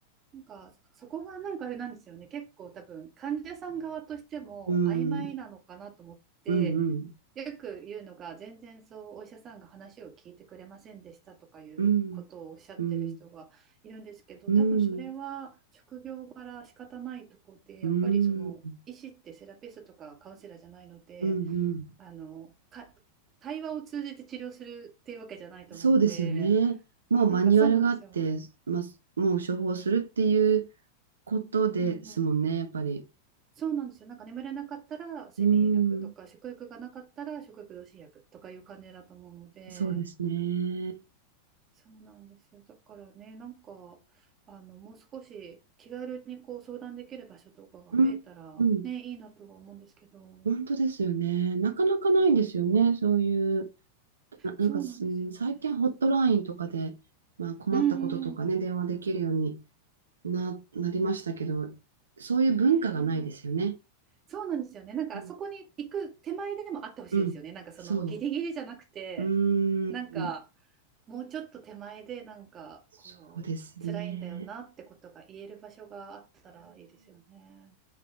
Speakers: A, on the right; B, on the right.
A: なんかそこがなんかあれなんですよね。結構多分患者さん側としても曖昧なのかなと思って
B: うん、うん、うん、
A: よく言うのが全然そうお医者さんが話を聞いてくれませんでしたとかいうことをおっしゃってる人がいるんですけど多分それは職業柄仕方ないとこでやっぱりその医師ってセラピストとかカウンセラーじゃないので
B: うん、うん、うん、うん、うん。
A: あのか対話を通じて治療するっていうわけじゃないと思うので
B: そうですよね。もうマニュアルがあって、
A: なんかそうなんですよ。
B: まあ、もう処方するっていうことですもんね、
A: うんうん
B: やっぱり。
A: そうなんですよ。なんか眠れなかったら睡眠薬とか、
B: うーん、
A: 食欲がなかったら食欲増進薬とかいう感じだと思うので、
B: そうですね。
A: そうなんですよ。だからね、なんか、あの、もう少し気軽にこう相談できる場所とかが増えたら、
B: うん、うん、
A: ね、いいなとは思うんですけど、
B: 本当ですよね。なかなかないんですよね、そういう、な、なんか、
A: そうなんですよね。
B: すうん最近ホットラインとかで、まあ、困ったこととかね、
A: うんうん。
B: 電話できるようにな、なりましたけど、そういう文化がないですよね。
A: ねえ、そうなんですよね。なんかあそこに行く手前でもあってほしいですよね。
B: うん、うんそ
A: なんかそのもうギリギリじゃなくて、
B: う。うーん、
A: なんかもうちょっと手前でなんかこう辛いんだよなってことが言える場所があったらいいですよね。
B: そうですね。